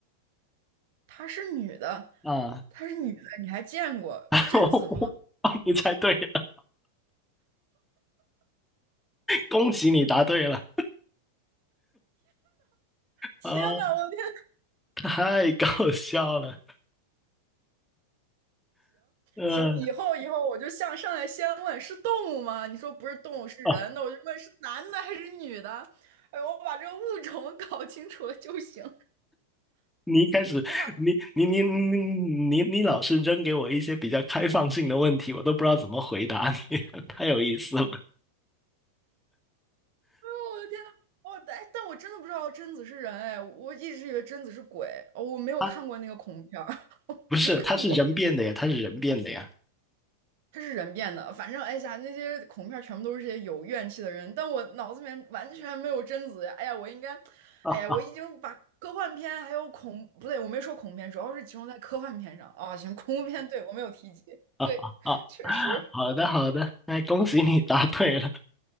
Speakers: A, on the right (about 50°); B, in the centre.
A: 她是女的，
B: 啊。
A: 她是女的，你还见过呃贞子吗？
B: <laughs> 我哦你猜对了，恭喜你答对了
A: 天呐，
B: 啊、
A: 我的天！
B: 太搞笑了。嗯、
A: 行，以后以后我就向上来先问是动物吗？你说不是动物是人的，
B: 呃、哦，
A: 我就问是男的还是女的。哎呦，我把这个物种 <laughs> 搞清楚了就行。
B: 你一开始你你你你
A: 哇，哦
B: 你你老是扔给我一些比较开放性的问题，我都不知道怎么回答你，<laughs> 太有意思了。
A: 我的天呐，我但但我真的不知道贞子是人哎，我一直以为贞子是鬼，哦，我没有看过那个恐怖片儿，
B: 啊，
A: <laughs> 我没看过。
B: 不是，他是人变的呀，他是人变的呀。
A: 它是人变的，反正哎呀，那些恐怖片儿全部都是这些有怨气的人，但我脑子里面完全没有贞子呀！哎呀，我应该，
B: 啊，
A: 哎呀，我已经把科幻片还有恐，不对，我没说恐怖片，主要是集中在科幻片上啊。行，恐怖片，对，我没有提及，
B: <laughs>
A: 对，
B: 啊，
A: 确实，
B: 好的好的，那恭喜你答对了。